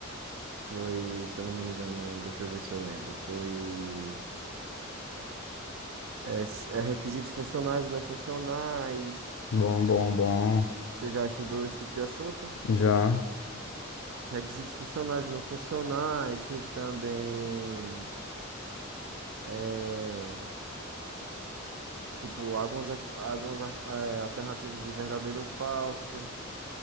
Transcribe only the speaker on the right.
Foi, se eu não me engano, deixa eu ver se eu lembro. Foi é, s- é, requisitos funcionais e não funcionais.
Você já estudou esse tipo de assunto?
Requisitos funcionais e não funcionais. Tive também é, tipo algumas, af- algumas af- é, alternativas de verdadeiro ou falso.